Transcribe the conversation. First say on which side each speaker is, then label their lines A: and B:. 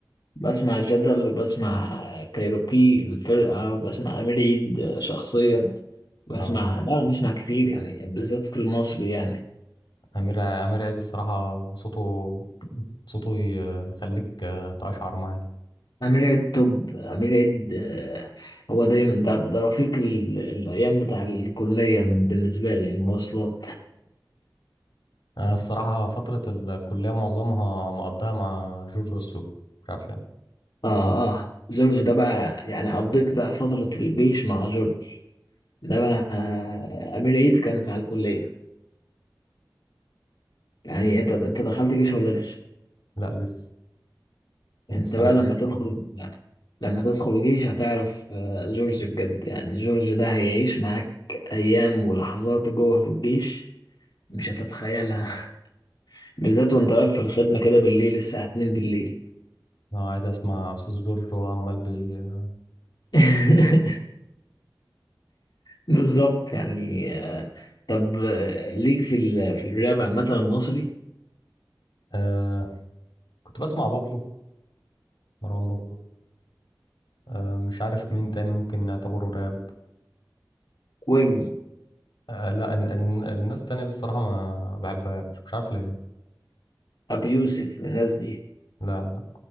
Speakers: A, on the left; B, on the left.
A: بسمع جدل وبسمع كايروكي الفرقة وبسمع أمير عيد آه، شخصيا بسمع
B: اه
A: لا أنا بسمع كتير يعني بالذات في المصري يعني
B: امير امير عيد الصراحه صوته صوته ي- يخليك آه، تقشعر معاه جدا.
A: أمير عيد توب أمير عيد آه، هو دايما ده, ده رفيق ال- الأيام بتاع الكلية بالنسبة لي المواصلات
B: انا الصراحه فتره الكليه معظمها مقضاها مع جورج وسوف مش عارف ليه
A: اه اه جورج ده بقى يعني قضيت بقى فترة الجيش مع جورج ده بقى آه، أمير عيد كان مع الكلية يعني أنت أنت دخلت جيش ولا لسه؟
B: لا لسه
A: أنت
B: السنه
A: بقى
B: الجايه
A: لما
B: ان
A: تدخل
B: شاء الله
A: لما تدخل جيش هتعرف آه، جورج بجد يعني جورج ده هيعيش معاك أيام ولحظات جوه في الجيش مش هتتخيلها <laughs> بالذات وأنت واقف في الخدمة كده بالليل الساعة 2 بالليل
B: انا قاعد اسمع استاذ جورج وهو عمال بيقلم
A: <laughs> بالظبط يعني آه، طب آه، ليك في ال... في الراب عامة المصري؟
B: آه كنت بسمع بابلو مروان بابلو آه مش عارف مين تاني ممكن نعتبره راب
A: ويجز
B: آه، لا ان ان الناس التانية دي الصراحة ما بحبهاش مش عارف ليه
A: أبي يوسف من الناس دي
B: لا لا